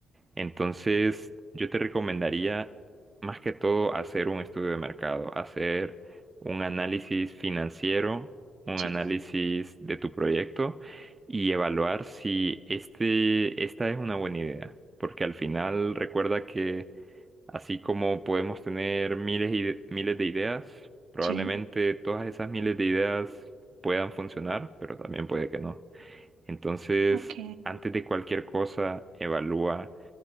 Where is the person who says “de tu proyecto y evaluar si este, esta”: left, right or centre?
Right